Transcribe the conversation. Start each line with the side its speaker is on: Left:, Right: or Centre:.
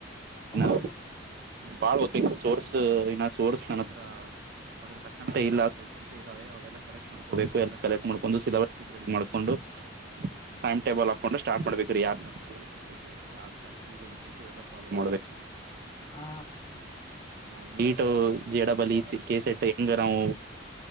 Left: ಬಾಳದು
Right: ಇನ್ನ
Left: ಉಕರ ಅದಕ್ಕೆ
Right: ಬಾಳ್ ಹದ್ಬೇಕ ಸೋರ್ಸ್ ಏನ ಸೋರ್ಸ್ ನನ್ನ ಹತ್ರ ಅದ್ರ ತಕ್ಕಂತ ಇಲ್ಲ ಸ್ವಲ್ ಸ್ವಲ್ಪ ಇದಾವೆ ಅವೆಲ್ಲ ಕಲೆಕ್ಟ್ ಮಾಡ್ಕೋಬೇಕು ಎಲ್ಲ ಕಲೆಕ್ಟ್ ಮಾಡ್ಕ ಒಂದು ಸಿಲಬಸ್ ಶೀಟ್ ರೆಡಿ ಮಾಡ್ಕೊಂಡು ಟೈಮ್ ಟೇಬಲ್ಾಕೊಂಡು ಸ್ಟ್ಬೇಕುೀ ಯಾವ್ ಚಪ್ಟರ್ ಮುಗ್ಬೇಕು ಯಾವ್ ಚಾಪರ್ೇಲೆ ಸಿಕ್ಲ್ಲ ಸಲ್ವ ಮಾಡಬೇಕು
Left: ಹಾ
Right: ನಾ ಲಟೋ ಜಡಬಲಿ ಕೇಸೆಟ್ ಹೆಂಗ ನಾವು